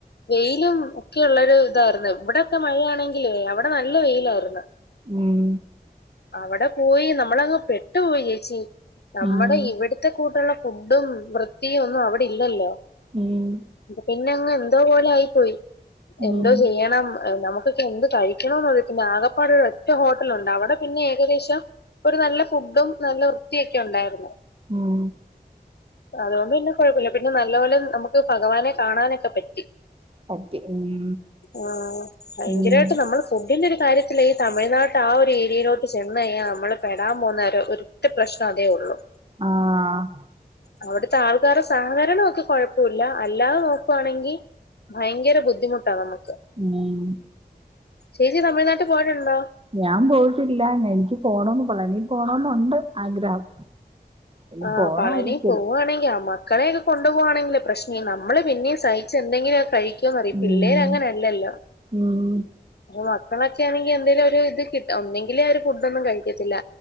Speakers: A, on the left (about 80°); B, on the right (about 35°).
A: വെയിലും ഒക്കെ ഉള്ളരു ഇതായിരുന്നു ഇവിടെൊക്കെ മഴയാണെ ങ്കിലെ അവിടെ നല്ല വെയില് ആരുന്ന്
B: ഉം
A: അവടെ പോയി നമ്മളങ്ങ് പെട്ടു പോയി യേച്ചി നമ്മടെ
B: ഉം
A: ഇവിട്ത്തെ കൂട്ടുള്ള ഫുഡ്ഡും വൃത്തിയും ഒന്നും അവ്ടെ ഇല്ലല്ലോ
B: ഉം
A: പിന്നെ അങ്ങ് എന്തോ പോലെ ആയി പോയി എന്തോ
B: ഉം
A: ചെയ്യണം നമുക്ക് എന്ത് കഴിക്ക്യണംനുള്ളോ ചിന്ത ആഗപ്പാടര് ഒരൊറ്റഹോട്ടലുണ്ട് അവടെ പിന്ന്യേ ഏകദേശം ഒരു നല്ല ഫുഡും നല്ല വൃത്തിയൊക്കെ ഉണ്ടായിരുന്നു
B: ഉം
A: അതോണ്ട് പിന്നെ കൊഴപ്പമില്ല പിന്നെ നല്ല പോലെ നമുക്ക് പഗവാനെ കാണാനൊക്കെ പറ്റി
B: പറ്റി ഉം
A: ആഹ് ഭയങ്കരമായിട്ട്
B: ഉം
A: നമ്മൾ ഫുഡിന്റെ ഒരു കാര്യത്തിലെ തമിഴ്നാട്ട ആഹ് ഒരു ഏരിയയിലോട്ട് ചെന്നയ്ഞ്ഞാ നമ്മള് പെടാംപോന്നരു ഒരു ത്തെ പ്രശ്നഅതേ ഉള്ളു
B: ആഹ്
A: അവിട്ത്തെ ആൾക്കാര സഹകരണൊക്കെ കൊഴപ്പുല്ല അല്ലാതെ നോക്കുവാണെങ്കി വയങ്കര ബുദ്ധിമുട്ടാ നമുക്ക്
B: ഉം
A: ചേച്ചി തമിഴ്നാട്ട് പോയിട്ടുണ്ടോ
B: ഞാൻ പോയിട്ടില്ല എൻക്ക് പോണന്നു പളനി പോണോന്നുണ്ട് ആഗ്രഹം ഇനി
A: ആഹ്
B: പോണം
A: പളനി
B: ഒരിക്കല്
A: പോവ്വാണെങ്കി അമ ക്കളയൊക്കെ കൊണ്ട് പോണെങ്കില് പ്രശ്നി നമ്മള് പിന്നീസഹിച്ച് എന്തെങ്കിലുക കഴി ക്ക്യുന്നറിയത്തില്ലേ
B: ഉം
A: രങ്ങനെല്ലല്ലോ
B: ഉം
A: മക്കളൊക്കെണെങ്കി എന്തേലും ഒരു ഇത് കിട്ട ഒന്നെങ്കിലെ അവര് ഫുഡോന്നും കഴിക്കത്തില്ല